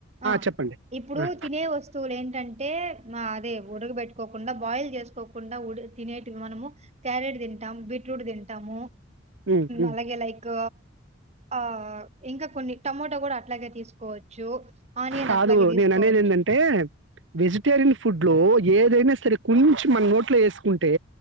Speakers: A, on the right; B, on the right.
A: ఆ
B: చెప్పండి
A: ఇప్పుడు
B: ఆ
A: తినే వస్తువులు ఏంటంటే మా అదే ఉడగబెట్టుకోకుండా బాయిల్ చేస్త చేసుకోకుండా తినేటివి మనము క్యారెట్ తింటాము బీట్రూట్ తింటాము.
B: ఉ ఉ
A: అలాగే లైక్ ఆ ఇంకా కొన్ని టమోటో కూడా అట్లాగే తీసుకోవచ్చు. ఆనియన్
B: కాదు
A: అట్లాగే తీసుకోవచ్చు.
B: నేను అనేది ఏంటంటే వెజిటేరియన్ ఫుడ్ లో ఏదైనా సరే కొంచెం మనం నోట్లో వేసుకున్ కుంటె